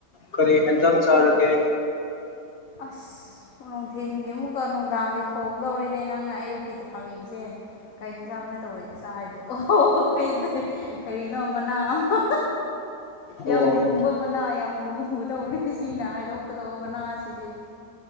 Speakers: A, on the left; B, on the left.
A: ꯀꯔꯤ ꯍꯦꯟꯖꯥꯡ ꯆꯥꯔꯒꯦ
B: ꯑꯁ ꯅꯨꯡꯊꯤꯜꯒꯤ ꯑꯃꯨꯛꯀ ꯅꯨꯡꯗꯥꯡꯒꯤ ꯊꯣꯡꯗꯧꯔꯤꯅꯦ ꯅꯪꯅ ꯑꯌꯨꯛꯀꯤ ꯍꯪꯉꯤꯁꯦ ꯀꯥꯏ ꯌꯦꯟꯖꯥꯡꯅ ꯇꯧꯔꯤꯗ ꯁꯥ ꯍꯥꯏꯗꯣ ꯑꯣꯈꯩꯁꯦ ꯀꯔꯤꯅꯣ ꯃꯅꯥ ꯑꯃ
A: ꯑꯣ
B: ꯌꯥꯝ ꯂꯨꯕ ꯃꯅꯥ ꯌꯥꯝ ꯂꯨꯗꯧꯕꯅꯦ ꯁꯤꯅ ꯍꯥꯏꯗꯣꯛꯀꯗꯧꯕ ꯃꯅꯥ ꯑꯩꯗꯤ